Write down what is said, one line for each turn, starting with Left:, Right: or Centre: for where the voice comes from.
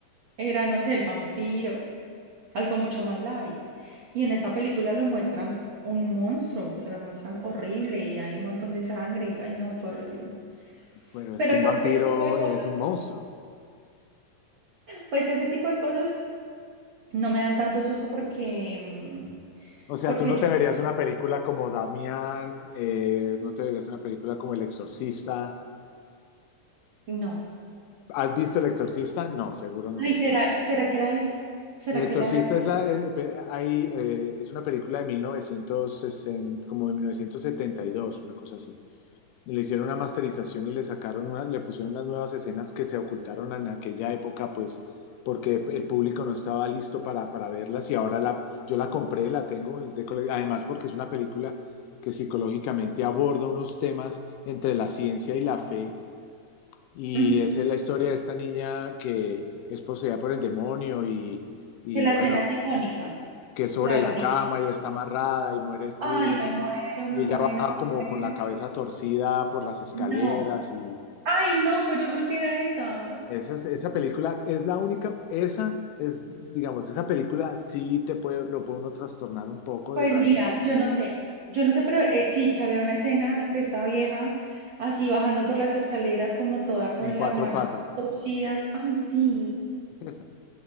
Right: era, no sé, el vampiro, algo mucho más light. Y en esa película lo muestran un monstruo, o sea, lo muestran horrible y hay un montón de sangre y, ay, no, fue horrible.
Left: Bueno, es
Right: Pero
Left: que
Right: esas,
Left: un vampiro
Right: ese tipo de cosas,
Left: es un monstruo.
Right: pues ese tipo de cosas No me dan tanto susto porque, mm,
Left: O sea,
Right: porque
Left: tú no
Right: yo
Left: te verías una película como Damián, eh, no te verías una película como El Exorcista.
Right: no.
Left: ¿Has visto El Exorcista? No, seguro no.
Right: Ay, ¿será, será que era esa? ¿Será
Left: El Exorcista
Right: que era esa?
Left: es, la, eh, pe- hay, eh, es una película de 1960, como de 1972, una cosa así. Le hicieron una masterización y le sacaron unas, le pusieron unas nuevas escenas que se ocultaron en aquella época, pues, porque el público no estaba listo para, para verlas y ahora la, yo la compré, la tengo desde cole- además porque es una película que psicológicamente aborda unos temas entre la ciencia y la fe y
Right: Ujú.
Left: esa es la historia de esta niña que es poseída por el demonio y, y
Right: Que la
Left: bueno,
Right: escena es icónica,
Left: que es sobre
Right: la de la
Left: la
Right: niña.
Left: cama y está amarrada y muere el cura
Right: Ay, me
Left: y
Right: muero, me
Left: y
Right: muero,
Left: ella baja
Right: me
Left: como
Right: muero.
Left: con la cabeza torcida por las escaleras
Right: No.
Left: y
Right: Ay, no, pues yo creo que era esa.
Left: Esa, es- esa película es la única, esa es, digamos, esa película sí te puede, lo puede uno trastornar un poco
Right: Pues
Left: de realmente
Right: mira, yo no sé, yo no sé, pero eh, sí, que había una escena de esta vieja así bajando por las escaleras como toda con
Left: en cuatro
Right: las manos
Left: patas.
Right: torcidas. Ay, sí.
Left: Es esa,